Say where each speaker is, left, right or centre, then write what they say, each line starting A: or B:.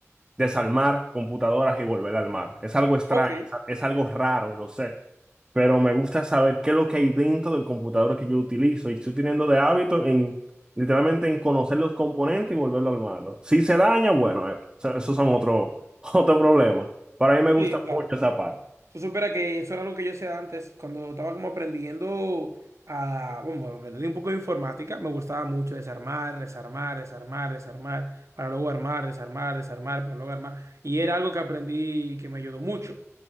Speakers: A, on the right; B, on the right.
A: desarmar computadoras y volver a armar. Es algo extraño,
B: Ok,
A: es es algo raro, lo sé, pero me gusta saber qué es lo que hay dentro del computador que yo utilizo y estoy teniendo de hábito en literalmente en conocer los componentes y volverlo a armarlo. Si se daña, bueno, eh, eso- esos son otro, <laughs> otro problema. Para mí me gusta
B: sí, claro.
A: mucho esa parte.
B: Tú supieras que eso era algo que yo hacía antes, cuando estaba como aprendiendo a, bueno, aprendí un poco de informática, me gustaba mucho desarmar, desarmar, desarmar, desarmar, para luego armar, desarmar, desarmar, para luego armar. Y era algo que aprendí que me ayudó mucho,